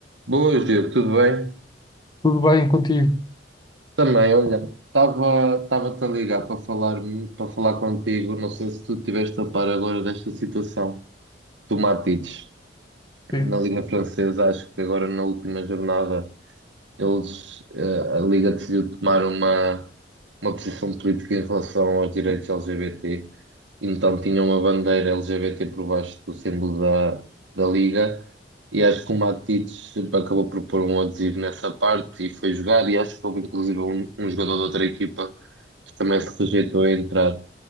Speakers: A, on the right (about 85°); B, on the left (about 25°).
A: Boas, Diogo, tudo bem?
B: Tudo bem contigo?
A: Também, olha, estava estava-te a ligar para falar para falar contigo. Não sei se tu tiveste a par agora desta situação do Matites
B: Sim,
A: na Liga Francesa. Acho que agora na última jornada Eles, eh, a Liga decidiu tomar uma, uma posição política em relação aos direitos LGBT, então tinha uma bandeira LGBT por baixo do símbolo da, da Liga, e acho que o Matites acabou por pôr um adesivo nessa parte e foi jogar, e acho que houve inclusive um, um jogador de outra equipa que também se rejeitou a entrar.